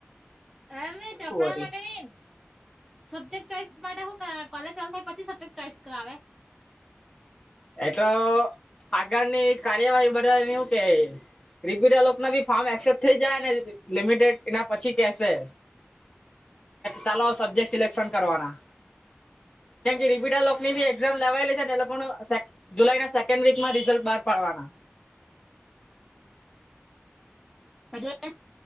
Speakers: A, in the centre; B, on the left.
A: એમે ચોપડા
B: વરી
A: માકે <unintelligible> સબ્જેક્ટ ચોઈસ માટે શું કર કોલેજ ચાલુ થાય પછી સબ્જેક્ટ ચોઈસ કરાવે
B: એટલો આગળની કાર્યવાહી બદલ એવુ કે રિપીટ લોકમાં બી ફોર્મ એક્સેપ્ટ થઇ જાય ને લિમિટેડ એના પછી કેસે ચાલો સબ્જેક્ટ સિલેક્શન કરવાના કેમ કે રીપીટર લોકો ની બી એક્ઝામ લેવાયલી છે ને એ લોકો જુલાઈ ના સેન્ડ વીકમાં રિઝલ્ટ બાર પાડવાના
A: હે